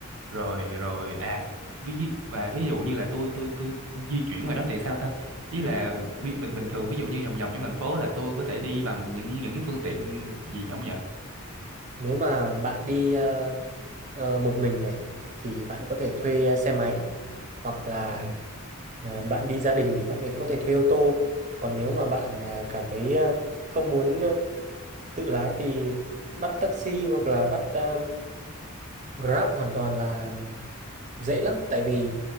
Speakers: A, on the right; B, on the right.
A: rồi rồi à ví và ví dụ như là tôi tôi tôi di chuyển ngoài đó thì sao ta ý là bi- bình bình thường ví dụ như vòng vòng trong thành phố là tôi có thể đi bằng những những cái phương tiện gì ông nhỉ
B: nếu mà bạn đi à, ờ, một mình này thì bạn có thể thuê à, xe máy hoặc là
A: Ừ.
B: à, bạn đi gia đình thì bạn có thể thuê ô tô còn nếu mà bạn à, cảm thấy à, không muốn à, tự lái thì bắt taxi hoặc là bắt um, Grab hoàn toàn là dễ lắm tại vì